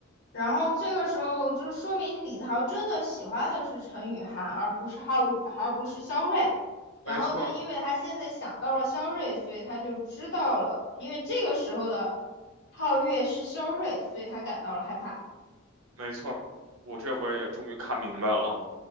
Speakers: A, on the left (about 60°); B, on the right (about 85°).
A: 然后这个时候就说明李桃真的喜欢的是陈雨涵，而不是浩，而不是肖瑞。然后呢，
B: 没错儿
A: 因为他现在想到了肖瑞，所以他就知道了，因为这个时候的皓月是肖瑞，所以他感到了害怕。
B: 没错儿我这回也终于看明白了，